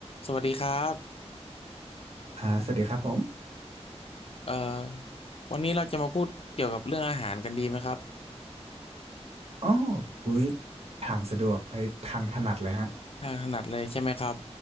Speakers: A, on the left (about 60°); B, on the right (about 65°).
A: สวัสดีครับ
B: อ่าสวัสดีครับผม
A: เอ่อวันนี้เราจะมาพูดเกี่ยวกับเรื่องอาหารกันดีไหมครับ
B: อ๋ออุ้ยทางสะดวกไอ้ยทางถนัดเลยฮะ
A: ทางถนัดเลยใช่ไหมครับ